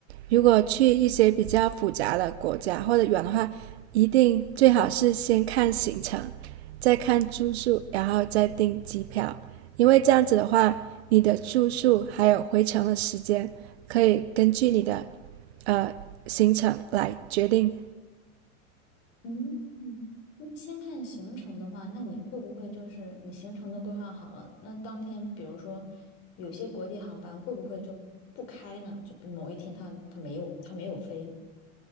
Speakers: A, on the right (about 50°); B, on the left (about 35°).
A: 如果去一些比较复杂的国家或者远的话，一定最好是先看行程，再看住宿，然后再订机票，因为这样子的话，你的住宿还有回程的时间可以根据你的呃行程来决定
B: 嗯，那先看行程的话，那你会不会就是你行程都规划好了，那当天比如说有些国际航班会不会就不开呢？就比某一天它它没有它没有飞。